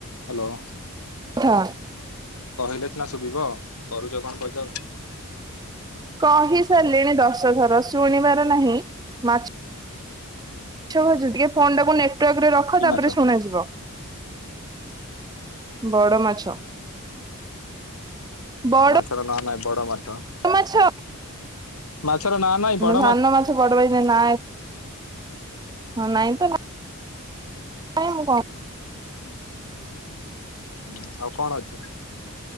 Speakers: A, on the left (about 75°); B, on the right (about 20°).
A: ହ୍ୟାଲୋ।
B: ଥା।
A: କହିଲେ ସିନା ଶୁଭିବ କରୁଛ କଣ ପଚାର
B: କହି ସାରିଲିଣି ଦଶ ଥର ଶୁଣିବାର ନାହିଁ। ମାଛ ଛ ଟିକେ ଫୋନ ଟାକୁ ନେଟୱାର୍କ ରେ ରଖ
A: କି
B: ତାପରେ
A: ମାଛ
B: ଶୁଣାଯିବ। ବଡ଼ ମାଛ। ବଡ
A: ମାଛର ନାଁ ନହିଁ ବଡ ମାଛ।
B: ମାଛ।
A: ମାଛର ନାଁ। ନାଇଁ ବଡ
B: ସାନ ମାଛ ପଡ ନାଁ ନାଇଁ ତ। <unintelligible>
A: ହୁଁ ଆଉ କଣ ଅଛି